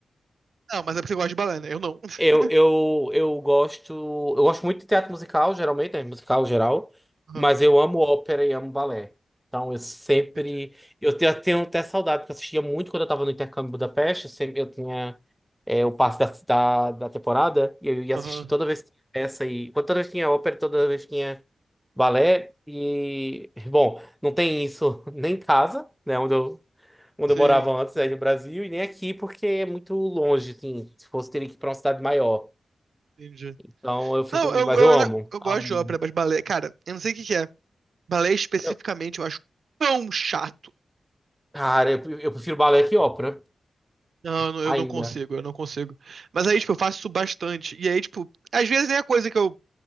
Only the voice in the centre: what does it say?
Eu, eu, eu gosto, eu gosto muito de teatro musical, geralmente, né, musical geral,
mas eu amo ópera e amo balé. Então, eu sempre,
eu te- tenho até saudade, porque eu assistia muito quando eu estava no intercâmbio em Budapeste, eu sempre, eu tinha é, o passe da, da, da temporada, e eu ia
assistir toda vez que tinha peça, e toda vez que tinha ópera, toda vez que tinha balé e, bom, não tem isso nem em casa, né, onde eu, onde
eu morava antes
aí no Brasil, e nem aqui porque é muito longe, assim, se fosse teria que ir para uma cidade maior.
Então eu fico,
mas
eu amo.
Amo.
Eu-
cara, eu, eu prefiro balé que ópera
ainda.